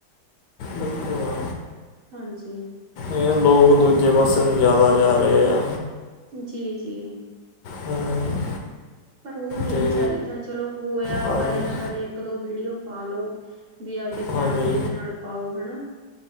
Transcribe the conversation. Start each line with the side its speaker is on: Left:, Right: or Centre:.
Left: ਬਿਲਕੁਲ।
Right: ਹਾਂਜੀ।
Left: ਇਹ ਲੋਕ ਦੂਜੇ ਪਾਸੇ ਨੂੰ ਜ਼ਿਆਦਾ ਜਾ ਰਹੇ ਆ।
Right: ਜੀ -ਜੀ।
Left: ਹਮ,
Right: ਪਰ ਉਹ ਨਈ
Left: ਤੇ
Right: ਚਾਹੀਦਾ। ਚਲੋ ਹੋਇਆ,
Left: ਹਾਂਜੀ
Right: ਕਦੇ ਨਾ ਕਦੇ ਇੱਕ-ਦੋ ਵੀਡੀਓ ਪਾਲੋ। ਵੀ ਆਪਦੀ
Left: ਹਾਂਜੀ
Right: ਫੈਮਲੀ ਦੇ ਨਾਲ ਪਾਓ ਹਨਾ।